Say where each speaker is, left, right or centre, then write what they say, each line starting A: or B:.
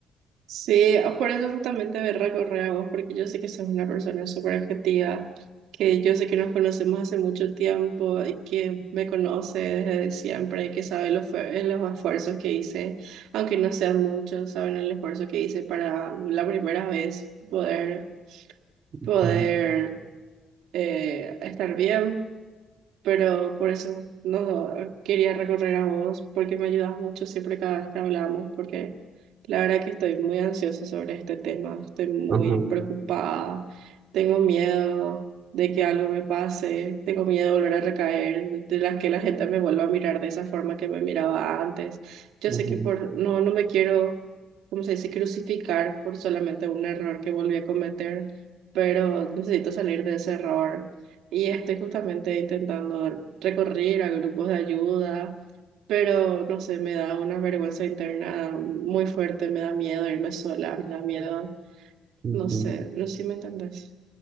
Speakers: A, on the right; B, on the right.
A: Sí, por eso justamente me recorré a vos, porque yo sé que sos una persona súper objetiva, que yo sé que nos conocemos hace mucho tiempo y que me conoce desde siempre, que sabe los, fe- los esfuerzos que hice, aunque no sean muchos, saben el esfuerzo que hice para la primera vez poder,
B: Ujú,
A: poder eh, estar bien pero por eso no no, quería recorrer a vos, porque me ayudas mucho siempre cada vez que hablamos, porque la verdad que estoy muy ansiosa sobre este tema, estoy muy
B: Ajá,
A: preocupada, tengo miedo de que algo me pase, tengo miedo de volver a recaer, de de las que la gente me vuelva a mirar de esa forma que me miraba antes. Yo
B: ujú,
A: sé que por no no me quiero, ¿cómo se dice?, crucificar por solamente un error que volví a cometer, pero necesito salir de ese error. Y estoy justamente intentando recurrir a grupos de ayuda, pero no sé, me da una vergüenza interna muy fuerte, me da miedo irme sola, me da miedo,
B: ujú.
A: no sé, no sé si me entendés.